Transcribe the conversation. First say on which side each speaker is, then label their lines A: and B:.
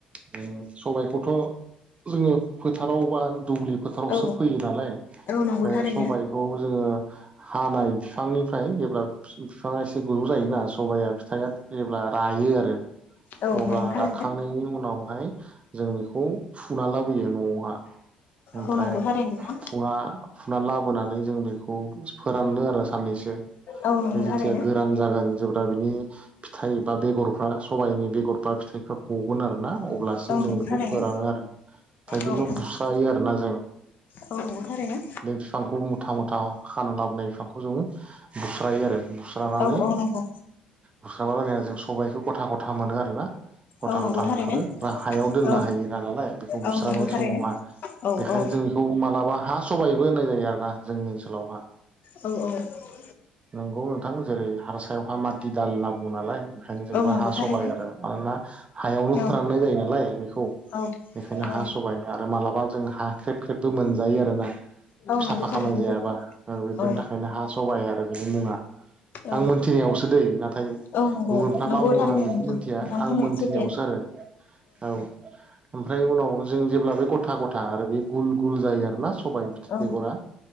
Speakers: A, on the right (about 30°); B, on the left (about 50°).
A: जों सबायखौथ' जोङो फोथाराव बा दुब्लि फोथारावसो
B: औ
A: फोयो नालाय
B: औ नंगौ
A: ओफ्राय
B: थारैनो
A: सबाय खौ जोङो हानाय बिफांनिफ्राय जेब्ला फिफाङा एसे गलौ जायोना सबाइाया फिथाइआ जेब्ला रायो आरो
B: औ
A: अब्ला
B: नंगौ थारैनो
A: राखांनायनि उनावहाय जों बेखौ फुना लाबोयो न'आवहा ओमफ्राय
B: औ नंगौ थारैनो नोंथां
A: फुङा फुनानै लाबोनानै जों बेखौ फोराननो आरो साननैसो
B: औ नंगौ
A: बे जेथिया
B: थारैनो
A: गोरान जागोन जेब्ला बिनि फिथाइ बा बेगरफ्रा सबाइनि बेगर बा फिथाइफ्रा गगोन आरोना अब्लासिम
B: औ नंगौ
A: जों बेखौ
B: थारैनो
A: फोरानो आरो <unintelligible>
B: औ औ
A: बुसायो आरोना जों
B: औ नंगौ थारैनो
A: बे बिफांखौ मुथा मुथा खाना लाबोनाय बिफां खौ जों बुस्रायो आरो बुस्रानानै
B: औ औ नंगौ
A: गुस्राबा मानेया जों सबबायखौ गथा गथा मोनो आरोना गथा
B: औ
A: गथा
B: नंगौ थारैनो
A: ओंखारो ओमफ्राय हायाव दोननो
B: औ
A: हायो ना नालाय बेखौ बुस्रनाय
B: औ नंगौ थारैनो
A: समावहा
B: औ
A: बेखायनो
B: औ
A: जों बेखौ मालाबा हा सबायबो होननाय जायो आरोना जोंनि ओनसोलावहा
B: औ औ
A: नोंगौ नोंथां जेरै हार सायावहा माथि दाल होनना बुङो नालाय ओंखायनो जोंबो
B: औ नंगौ
A: हा सबबाय
B: थारैनो
A: आरो मानोना हायावनो
B: औ
A: फोराननाय जायो नालाय बेखौ
B: औ
A: बेखायनो
B: औ
A: हा सबाय आरो मालाबा जों हा ख्रेब ख्रेबबो मोनजायो आरोना?
B: औ
A: साफा
B: नंगौ थारैनो
A: खामनाय जायाबा
B: सैथो
A: बेफोरनि
B: औ
A: थाखायनो हा सबाइ आरो बेनि मुङा।
B: औ
A: आं मोनथिनायावसो दै नाथाय
B: औ नंगौ
A: गुबुनफ्रा
B: नंगौ
A: मा बुङो
B: थारैनो
A: आं बेखौ
B: नोंथां
A: मिथिया
B: नोंथां बुंनाया
A: मोनथिनायावसो
B: सैथो
A: आरो औ ओमफ्राय उनाव जों जेब्ला गथा गथा आरो बे गुल गुल जायो आरोना सबबाय
B: औ
A: बेगरा